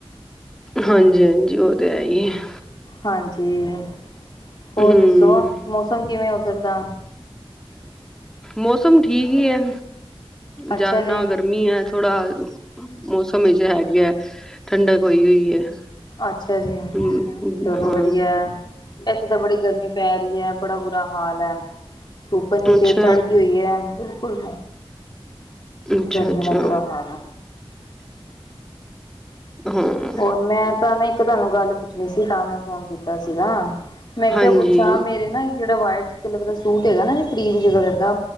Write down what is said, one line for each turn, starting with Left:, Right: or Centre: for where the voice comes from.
Centre: ਹਾਂਜੀ-ਹਾਂਜੀ ਉਹ ਤੇ ਹੈ ਹੀ ਹੈ।
Left: ਹਾਂਜੀ, ਹੋਰ
Centre: ਹਮ
Left: ਦੱਸੋ ਮੌਸਮ ਕਿਵੇਂ ਉੱਧਰ ਦਾ?
Centre: ਮੌਸਮ ਠੀਕ ਹੀ ਐ,
Left: ਅੱਛਾ
Centre: ਜਾਂ ਨਾ
Left: ਜੀ
Centre: ਗਰਮੀ ਹੈ, ਥੋੜਾ ਮੌਸਮ ਵਿੱਚ ਹੈਗੇ ਹੈ। ਠੰਡਕ ਕੋਈ ਹੋਈ ਹੈ।
Left: ਅੱਛਾ ਜੀ
Centre: ਹਮ
Left: ਚਲੋ
Centre: ਹਾਂ
Left: ਵਧੀਆ, ਇੱਥੇ ਤਾਂ ਬੜੀ ਗਰਮੀ ਪੈ ਰਹੀ ਹੈ। ਬੜਾ ਬੁਰਾ-ਹਾਲ ਹੈ, ਧੁੱਪ ਐਨੀ
Centre: ਅੱਛਾ
Left: ਤੇਜ਼ ਚੜ੍ਹ ਗਈ ਹੋਈ ਹੈ, ਬਿਲਕੁਲ
Centre: ਅੱਛਾ-ਅੱਛਾ,
Left: ਗਰਮੀ ਨਾਲ ਬੁਰਾ ਹਾਲ ਆ।
Centre: ਹਾਂ,
Left: ਹੋਰ ਮੈਂ ਤਾਂ ਨਾ ਇੱਕ ਤੁਹਾਨੂੰ ਗੱਲ ਪੁੱਛਣੀ ਸੀ, ਤਾਂ ਮੈਂ ਫੋਨ ਕੀਤਾ ਸੀਗਾ। ਮੈਂ ਕਿਹਾ
Centre: ਹਾਂਜੀ,
Left: ਪੁੱਛਾਂ ਮੇਰੇ ਨਾ ਇੱਕ ਜਿਹੜਾ ਵਾਈਟ ਕਲਰ ਦਾ ਸੂਟ ਹੈਗਾ ਨਾ ਪ੍ਰੀਮ ਜੇ ਕਲਰ ਦਾ